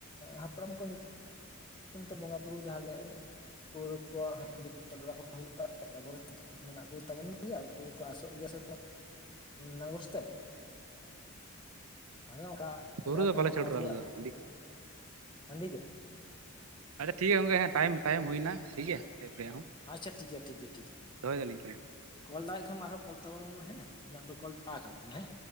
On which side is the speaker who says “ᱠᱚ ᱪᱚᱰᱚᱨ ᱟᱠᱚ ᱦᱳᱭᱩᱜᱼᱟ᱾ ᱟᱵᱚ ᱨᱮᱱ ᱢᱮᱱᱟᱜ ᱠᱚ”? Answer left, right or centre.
Left